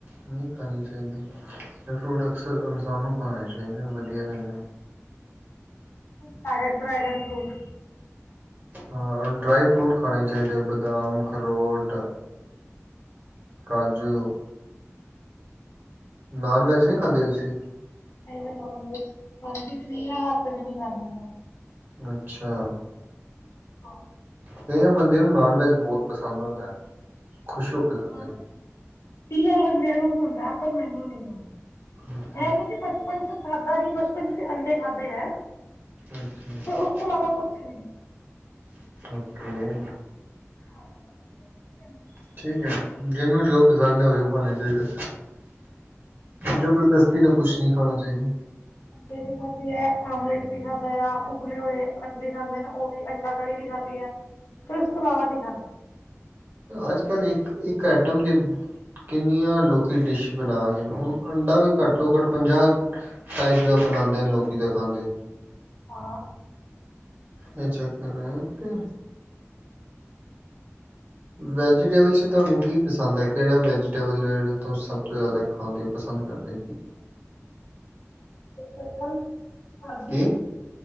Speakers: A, on the right; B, on the left.
A: ਨਹੀਂ ਖਾਣੀ ਚਾਹੀਦੀ। ਇਹ ਫਰੂਟ ਅਕਸਰ ਇਨਸਾਨ ਨੂੰ ਖਾਣੇ ਚਾਹੀਦੇ। ਵਧੀਆ ਰਹਿੰਦੇ।
B: ਸਾਰੇ ਡਰੈਗਨ ਫਰੂਟ
A: ਹਾਂ। ਡਰਾਈ ਫਰੂਟ ਖਾਣੇ ਚਾਹੀਦੇ-ਬਦਾਮ, ਅਖਰੋਟ ਕਾਜੂ। ਨਾਨ-ਵੈਜ ਨਹੀਂ ਖਾਂਦੇ ਤੁਸੀਂ?
B: ਮੈਂ ਨੋਨ-ਵੈਜ ਖਾਂਦੀ ਵੀ ਨਹੀਂ ਆ। ਹੱਥ ਵੀ ਨਹੀਂ ਲਾਂਦੀ ਹਾਂ।
A: ਅੱਛਾ!
B: ਹਾਂ। <unintelligible>
A: ਕਈਆਂ ਬੰਦਿਆਂ ਨੂੰ ਨਾਨ-ਵੈਜ ਬਹੁਤ ਪਸੰਦ ਹੁੰਦਾ ਹੈ। ਖੁਸ਼ ਹੋ ਕੇ ਖਾਂਦੇ
B: ਹਾਂ। ਕਈਆਂ ਬੰਦਿਆਂ ਨੂੰ ਹੁੰਦਾ। ਪਰ ਮੈਨੂੰ ਨੀ
A: ਅੱਛਾ
B: ਐ ਨਹੀਂ ਕਿ ਬਚਪਨ ਚ ਖਾਧਾ ਨਹੀਂ। ਬਚਪਨ ਚ ਅੰਡੇ ਖਾਧੇ ਹੈ।
A: ਅੱਛਾ <unintelligible>
B: ਪਰ ਉਸ ਤੋਂ ਇਲਾਵਾ ਕੁਛ ਨਹੀਂ
A: ਓਕੇ।
B: ਹੈਲੋ
A: ਠੀਕ ਹੈ। ਜਿਹਨੂੰ ਜੋ ਪਸੰਦ ਹੈ। ਉਹਿਓ ਖਾਣਾ ਚਾਹੀਦਾ। ਜਬਰਦਸਤੀ ਨਾਲ ਕੁਛ ਨਹੀਂ ਖਾਣਾ ਚਾਹੀਦਾ।
B: ਅੱਛ <unintelligible> ਅੰਡੇ ਵੀ ਖਾਧੇ ਐ। ਆਮਲੇਟ ਵੀ ਖਾਧਾ ਐ। ਉਬਲੇ ਹੋਏ ਅੰਡੇ ਖਾਂਦੇ ਨੇ, ਉਹ ਵੀ ਅੰਡਾ ਕੜੀ ਵੀ ਖਾਂਦੀ ਹੈ। ਫੇਰ ਉਸ ਤੋਂ ਇਲਾਵਾ ਨਹੀਂ ਖਾਧਾ।
A: ਅੱਜ-ਕੱਲ੍ਹ ਇੱਕ- ਇੱਕ ਐਟਮ ਦੀ ਕਿੰਨੀਆਂ ਲੋਕੀ ਡਿਸ਼ ਬਣਾ ਰੇ ਨੇ। ਹੁਣ ਅੰਡਾ ਵੀ ਘੱਟ ਤੋਂ ਘੱਟ ਪੰਜਾਹ ਟਾਈਪ ਦਾ ਬਣਾਉਂਦੇ ਨੇ ਲੋਕੀ ਤਾਂ ਖਾਂਦੇ
B: ਹਾਂ
A: ਇਹ ਚੱਕਰ ਹੈ ਤੇ ਵੈਜੀਟੇਬਲਸ ਤੁਹਾਨੂੰ ਕੀ ਪਸੰਦ ਹੈ? ਕਿਹੜਾ ਵੈਜੀਟੇਬਲ ਤੁਸੀਂ ਸਭ ਤੋਂ ਜ਼ਿਆਦਾ ਖਾਂਦੇ ਹੋ? ਪਸੰਦ ਕਰਦੇ ਕਿ?
B: ਕਠਲ, ਅਰਭੀ
A: ਕੀ